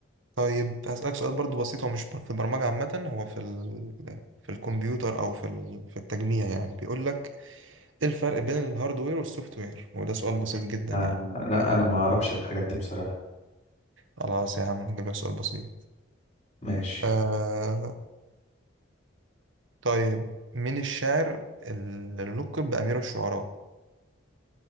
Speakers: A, on the right; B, on the left.
A: طيب هسألك سؤال برضو بسيط هو مش بر- في البرمجة عامة هو في ال... في الكمبيوتر أو في ال... في التجميع يعني بيقول لك إيه الفرق بين الهاردوير والسوفت وير وده سؤال بسيط جدا
B: انا
A: يعني
B: لا انا ما اعرفش الحاجات دي بصراحة
A: خلاص يا عم نجيب لك سؤال بسيط
B: ماشي
A: آه طيب مين الشاعر اللي لقب بأمير الشعراء